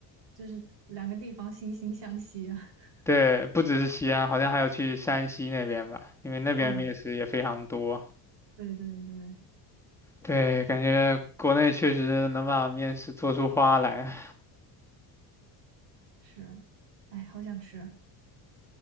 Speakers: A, on the right; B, in the centre.
A: 就是两个地方惺惺相惜啊。<laughs>
B: 对，不只是西安，好像还有去山西那边吧，因为那边面食也非常多。
A: 嗯，对对对，
B: 对，感觉国内确实能把面食做出花来，
A: 是，哎，好想吃。